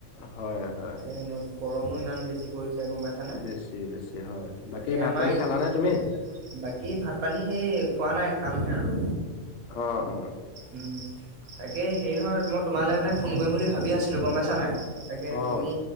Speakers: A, on the left (about 65°); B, on the right (about 80°).
A: হয় হয়
B: এনে গৰমো ইমান বেছি পৰিছে। গম পাইছানে?
A: বেছি, বেছি হয়। বাকী
B: তাকে আমাৰ
A: ভাত পানী
B: এই
A: খালানে তুমি
B: বাকী ভাত পানী সেই খোৱা নাই খামহে আৰু।
A: অ', হুম হুম হুম।
B: উম, তাকে হেৰি নহয় মই তোমালৈ মানে ফোন কৰিম বুলি ভাবি আছিলো গম পাইছা নাই। তাকে,
A: অ
B: তুমি